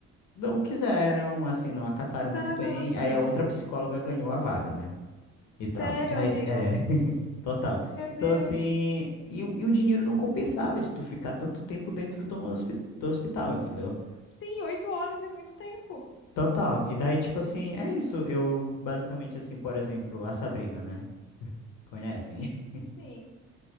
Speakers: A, on the left (about 80°); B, on the left (about 40°).
A: não quiseram, assim, não acataram muito
B: Caramba!
A: bem. Aí a outra psicóloga ganhou a vaga, né? E
B: Sério,
A: tal. E daí,
B: amigo?
A: é, <laughs> total.
B: Meu
A: Então,
B: Deus.
A: assim, e, o- e o dinheiro não compensava de tu ficar tanto tempo dentro do, hospi- do hospital, entendeu?
B: Sim, oito horas é muito tempo.
A: Total. E daí, tipo assim, é isso. Eu, basicamente, assim, por exemplo, a Sabrina, né? Conhecem? <laughs>
B: Sim.